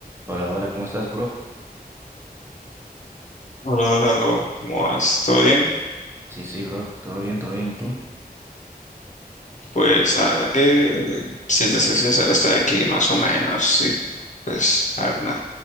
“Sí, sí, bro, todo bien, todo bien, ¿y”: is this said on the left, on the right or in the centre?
Right